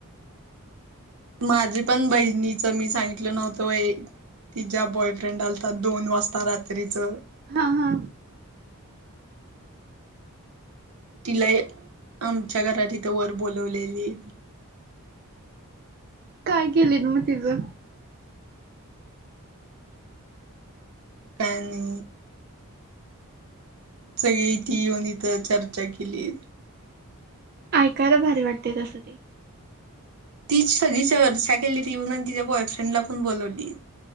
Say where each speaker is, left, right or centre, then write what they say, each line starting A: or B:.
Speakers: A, on the right; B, on the right.
A: माझी पण बहिणीचं मी सांगितलं नव्हतं ति ज्या बॉयफ्रेंड आलातात दोन वाजता रात्रीचं
B: हा हा
A: तिला आमच्या घरातथं वर बोलवलेली
B: काय केले ना मग तझं
A: कानी सगळे इथे येऊन इथ चर्चा केली
B: ऐकायला भारी वाटते तसं ते
A: ती सगळी चर्चा केली तीऊन तिच्या बॉयफ्रेंडला पण बोलवली